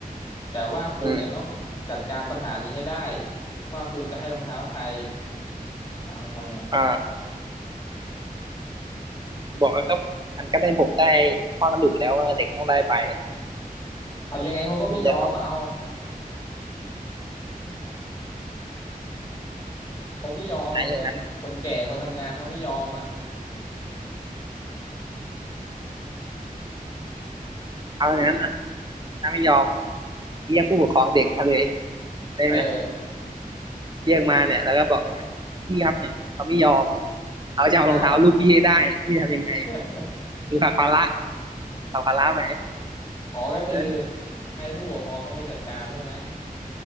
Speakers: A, on the left (about 20°); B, on the right (about 30°).
A: แต่ว่าคุณเนี่ยต้องจัดการปัญหานี้ให้ได้
B: อืม
A: ว่าคุณจะให้รองเท้าใครเอาทำไง
B: อ่าครูบอกว่าก็มันก็ได้ผมได้ข้อสรุปแล้วว่าเด็กต้องได้ไป
A: เอายังไงเขาก็ไม่ยอมอะเอา
B: คุณจะต้อง
A: เขาไม่ยอมอ่ะเพื่อนคนแก่คนทำงานเขาไม่ยอมอ่ะ
B: อ่าอย่างนั้นเอาอย่างนั้นอ่ะถ้าไม่ยอมเรียกผู้ปกครองเด็กมาเลยได้ไหม
A: เออ
B: เรียกมาเนี่ยแล้วก็บอกเนี่ยพี่ครับเนี่ยเขาไม่ยอม
A: เอา <laughs>
B: เขาจะเอารองเท้าลูกพี่ให้ได้พี่ทำยังไง
A: อ้าว <laughs>
B: อยู่ฝั่งพาระฝั่งพาระไหม
A: อ๋อก็คือ
B: เออ
A: ให้ผู้ปกครองเขาไปจัดการใช่ไหม